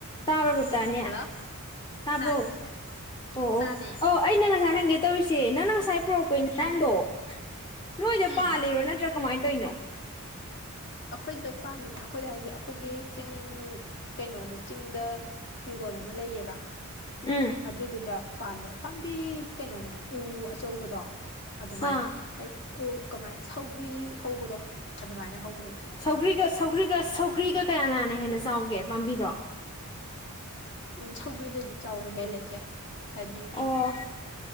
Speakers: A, on the left; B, on the left.
A: ꯇꯥꯕ꯭ꯔꯣ ꯄꯞꯇꯥꯅꯦ
B: ꯍꯜꯂꯣ
A: ꯇꯥꯕ꯭ꯔꯣ
B: ꯇꯥꯔꯦ ꯆꯦ
A: ꯑꯣ ꯑꯣ
B: ꯇꯥꯔꯦ
A: ꯑꯣ ꯑꯩꯅ ꯉꯁꯥꯏ ꯍꯪꯒꯦ ꯇꯧꯔꯤꯁꯦ ꯅꯪꯅ ꯉꯁꯥꯏ ꯄꯨꯔꯛꯄ
B: ꯎꯝ
A: ꯏꯟꯁꯥꯡꯗꯣ ꯅꯣꯏꯗ
B: ꯎꯝ
A: ꯄꯥꯜꯂꯤꯔꯣ ꯅꯠꯇ꯭ꯔꯥ ꯀꯃꯥꯏꯅ ꯇꯧꯔꯤꯅꯣ <inaudible>
B: ꯑꯩꯈꯣꯏꯗ ꯄꯥꯜꯂꯤꯅꯦ ꯑꯩꯈꯣꯏꯗ ꯍꯥꯏꯁꯦ ꯑꯩꯈꯣꯏꯒꯤ ꯆꯤꯡ ꯀꯩꯅꯣꯗ ꯆꯤꯡꯗ ꯍꯤꯡꯒꯣꯜ ꯑꯃ ꯂꯩꯌꯦꯕ
A: ꯎꯝ
B: ꯑꯗꯨꯗꯨꯗ ꯄꯥꯟꯕ ꯅꯨꯄꯤ ꯀꯩꯅꯣꯅꯦ ꯎ ꯑꯆꯧꯕꯗꯣ ꯑꯗꯨꯃꯥꯏꯅ
A: ꯑꯥ
B: ꯍ ꯑꯣ ꯀꯃꯥꯏꯅ ꯁꯧꯒ꯭ꯔꯤ ꯍꯧꯕꯗꯣ ꯑꯗꯨꯃꯥꯏꯅ ꯍꯧ
A: ꯁꯧꯒ꯭ꯔꯤ ꯁꯧꯒ꯭ꯔꯤꯒ ꯁꯧꯒ꯭ꯔꯤꯒ ꯀꯌꯥ ꯀꯅꯥꯅ ꯍꯦꯟꯅ ꯆꯥꯎꯒꯦ ꯄꯥꯝꯕꯤꯗꯣ
B: ꯎꯝ ꯁꯧꯒꯔꯤꯗꯕꯤ ꯆꯥꯎꯕ ꯍꯦꯜꯂꯦ ꯆꯦ ꯍꯥꯏꯗꯤ
A: ꯑꯣ